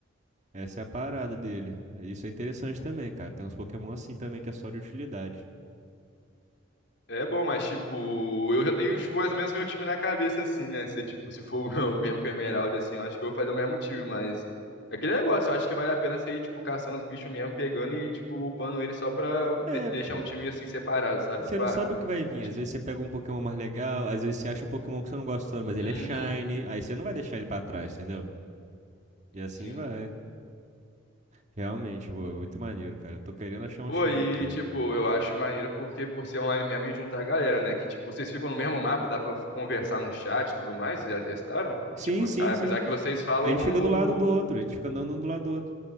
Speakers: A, on the right; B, on the left.
A: Essa é a parada dele. Isso é interessante também, cara. Tem uns Pokémon assim também que é só de utilidade.
B: É bom, mas tipo, eu já tenho tipo, mais ou menos meu time na cabeça, assim, né? Se, tipo, se for <laughs> o mesmo com a Emerald, assim, eu acho que eu vou fazer o mesmo time, mas. É aquele negócio, eu acho que vale a pena você ir, tipo, caçando os bichos mesmo, pegando e, tipo, upando ele só pra
A: É,
B: de- deixar
A: pô.
B: um time assim separado, sabe?
A: E você
B: Tipo,
A: não
B: ah,
A: sabe o que vai vir.
B: um time.
A: Às vezes você pega um Pokémon mais legal, às vezes você acha um Pokémon que você não gosta tanto, mas
B: Uhum,
A: ele é shiny. Aí você não vai deixar ele pra trás, entendeu? E assim
B: sim.
A: vai. Realmente, pô, é muito maneiro, cara. Eu tô querendo achar um
B: Pô,
A: shiny
B: e,
A: aqui.
B: tipo, eu acho maneiro porque por ser online mesmo e juntar a galera, né? Que, tipo, vocês ficam no mesmo mapa, dá pra conversar no chat e tudo mais, vocês já testaram?
A: Sim,
B: Tipo,
A: sim,
B: apesar
A: sim.
B: que vocês falam
A: A gente
B: no...
A: fica do lado um do outro, a gente fica andando um do lado do outro.